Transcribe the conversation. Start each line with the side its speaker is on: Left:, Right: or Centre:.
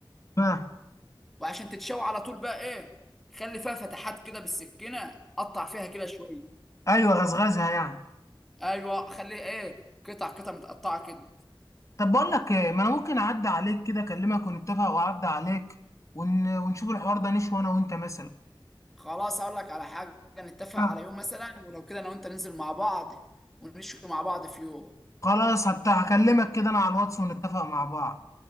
Left: تمام
Centre: وعشان تتشوي على طول بقى ايه خلي فيها فتحات كده بالسكينه قطع فيها كده شويه
Left: ايوه غزغزها يعني
Centre: ايوه خليه ايه قطع قطع متقطعه كده
Left: طب بقول لك ايه ما انا ممكن اعدي عليك كده اكلمك ونتفق واعدي عليك ون... ونشوف الحوار ده نشوي انا وانت مثلا
Centre: خلاص اقول لك على حاجه نتفق
Left: آه.
Centre: على يوم مثلا ولو كده انا وانت ننزل مع بعض ونشوي مع بعض في يوم
Left: خلاص هت... هكلمك كده انا على الواتس ونتفق مع بعض